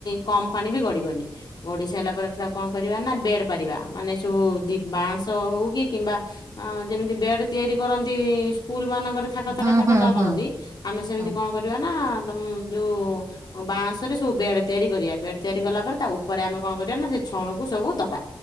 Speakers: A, on the left (about 60°); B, on the right (about 40°).
A: କମ ପାଣି ବି ଗଡିବନି। ଗଡିସାରିଲା ପରେ ତାକୁ କଣ କରିବା ନା ବେଡ ପାରିବା ମାନେ ସବୁ ଦି ବାଉଁଶ ହଉ। କି କିମ୍ବା ଯେମିତି ବେଡ ତିଆରି କରନ୍ତି ସ୍କୁଲ ମାନଙ୍କରେ ଥାକ ଥାକ
B: ହଁ
A: ଥାକ
B: ହଁ
A: ଥାକ
B: ହଁ
A: କରନ୍ତି ଆମେ ସେମିତି
B: ହଁ ହଁ
A: କଣ କରିବା ନା ତମ ଯୋଉ ବାଉଁଶରେ ସବୁ ବେଡ ତିଆରି କରିବା ବେଡ ତିଆରି କଲା ପରେ ତା ଉପରେ ଆମେ କଣ କରିବା ନା ସେ ଛଣକୁ ସବୁ ଦବା।